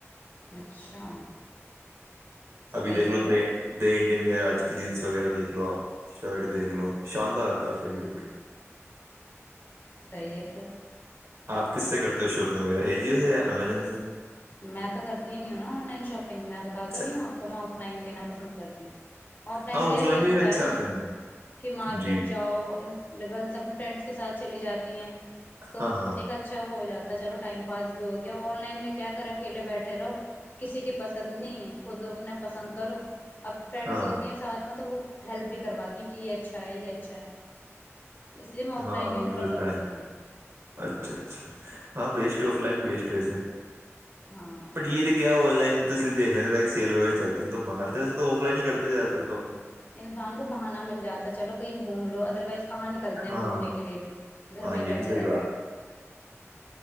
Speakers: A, on the left (about 40°); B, on the right (about 60°).
A: اچھا صحیح
B: ابھی دیکھ لو
A: ہے پھر،
B: د د انڈین آج کی جینس وغیرہ دیکھ لو آپ شرٹ دیکھ لو چاندہ رہتا ہے فیبرک
A: ہوں صحیح ہے پھر
B: آپ کس سے کرتے ہو شاپنگ وغیرہ اے جیو سے یا امیزون سے
A: میں تو کرتی ہی نہیں ہ نا آن لائن شاپگ میں بتات
B: اچھا
A: تو رہی ہوں آپ کو ہم آف لائن لینا پسند کرتے ہیں آف لائن
B: ہاں
A: میں یار یہ
B: بھی
A: ہوتا
B: اچھے
A: ہے نا
B: آتے ہیں
A: کہ مارکیٹ
B: جی
A: جاؤ گرلس اپنی فرینڈس کے ساتھ چلی جاتی ہیں تو
B: ہاں ہاں
A: ایک اچھا وہ ہو جاتا چلو ٹائم پانچ ہویا آن لائن میں کیا گھر اکیلے بیٹھے رہو کسی کی پسند نہیں ہے کھ خود اپنا پسند کرو اب فرینڈس
B: ہاں
A: ہوتی ہیں ساتھ میں تو وہ ہیلپ بھی کرواتی ہیں کہ یہ اچھا ہے یہ اچھا ہے اس لیے میں آف
B: ہاں
A: لائن
B: وہ
A: ہی
B: بھی
A: پریفر
B: ہوتا
A: کرتی
B: ہے
A: ہوں
B: اچھا اچھا ہاں بیسٹ آف لائن بھی بیسٹ ہے ویسے
A: ہاں
B: پ یہ تو کیا آن لائن میں تو دیکنےتے تاکیل وغیرہ چلتی تو منگاتے ویے تو آف لائن ہی کرتے زاتےر توب
A: انسان کو بہانا مل جاتا چلو کہیں گھوم لو ادروائز کہاں نکلتے ہیں
B: ہاں
A: گھومنے کے لیے بھی گھر
B: ہاں
A: میں
B: یہ
A: ہی بیٹھے
B: بھی صحیح
A: رہتے
B: بات
A: ہیں